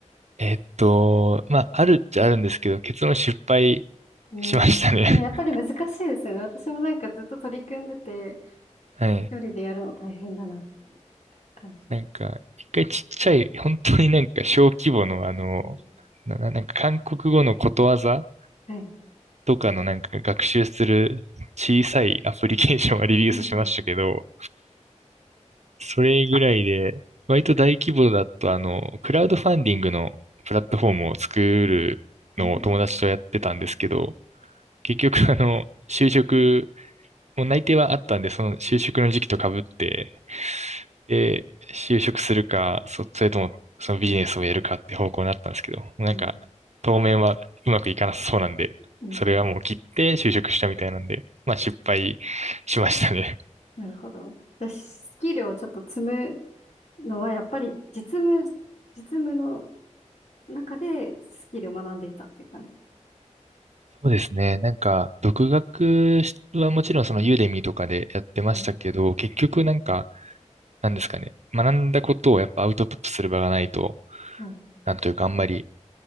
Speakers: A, on the right (about 65°); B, on the left (about 65°).
A: えっと、まあ、あるっちゃあるんですけど、結論失敗
B: うん。
A: しましたね。
B: いややっぱり難しいですよね。
A: <laughs>
B: 私もなんかずっと取り組んでて、
A: はい。
B: 一人でやるの大変だなって感じて。
A: なんか、一回ちっちゃい、本当になんか小規模のあの、
B: うん。
A: な、ななんか韓国語のことわざ
B: はい。
A: とかのなんか学習する小さいアプリケーションは <laughs> リリースしましたけど、
B: うんうん。
A: それぐらいで、割と大規模だと、あの、クラウドファンディングのプラットフォームを作るのを友達とやってたんですけど、
B: うん。
A: 結局、あの、就職、もう内定はあったんで、その就職の時期とかぶって、で、就職するか、そ、それともそのビジネスをやるかって方向になったんですけど、もうなんか、
B: うん。
A: 当面はうまくいかなさそうなんで、
B: うん。
A: それはもう切って就職したみたいなんで、まあ失敗しましたね。
B: なるほど。私、スキルをちょっと積むのは、やっぱり実務、実務の中でスキルを学んでいったっていう感じです。
A: <laughs> そうですね。なんか、独学はもちろんそのユーデミーとかでやってましたけど、
B: はい。
A: 結局なんか、なんですかね。学んだことをやっぱアウトプットする場がないと、
B: はい
A: なんというかあんまり